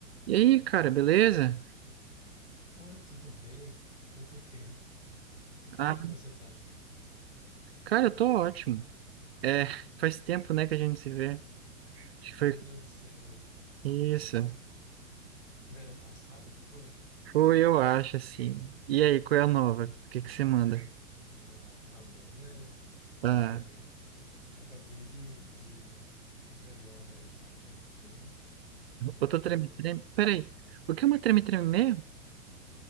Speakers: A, on the right; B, on the left.
A: E aí, cara, beleza?
B: Oi, tudo bem? Quanto tempo? E como
A: Ah,
B: é que você tá aí?
A: cara, eu tô ótimo. É, faz tempo, né, que a gente se vê. Acho que
B: Meu
A: foi
B: Deus do céu,
A: isso.
B: verão passado, não foi?
A: Foi, eu acho, assim. E aí, qual é a nova? O que que você manda?
B: A, a nova é,
A: Ah,
B: é, aca- Acabei de, de ganhar mais uma treme-treme
A: outra
B: e eu
A: treme-treme.
B: vou lixar.
A: Peraí, o que é uma treme-treme mesmo?
B: Ah,